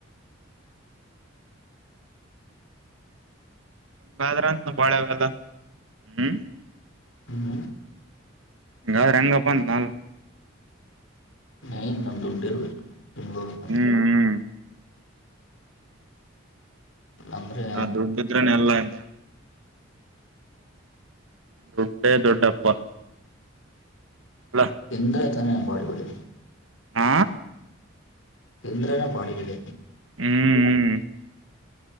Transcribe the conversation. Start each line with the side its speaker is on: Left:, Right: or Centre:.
Right: ಬಾಜಾರಂತ ನ ಬಳಾವಲ್ಲ ಹ್ಮ್ <unintelligible>
Left: ಹ್ಮ್.
Right: ಹಿಂಗ್ ಆದ್ರ ಹೆಂಗಪ್ಪ ಅಂತ ನಾನ್.
Left: ಮೇನ್ ಒಂದು ದುಡ್ಡು ಇರ್ಬೇಕು. <inaudible>
Right: ಹ್ಮ್ ಹ್ಮ್
Left: ಅಂದ್ರೆ
Right: ದುಡ್ಡಿದ್ರೆನೆ ಎಲ್ಲಾ. ಹಾ. ದುಡ್ಡೇ ದೊಡ್ಡಪ್ಪ. ಅಲ್ಲ
Left: ಎಂತ. ಬಾಲಿವುಡ್.
Right: ಆ.
Left: ಅಂದ್ರನ ಬಾಡಿ ಗಿಡಿ.
Right: ಹ್ಮ್ ಹ್ಮ್.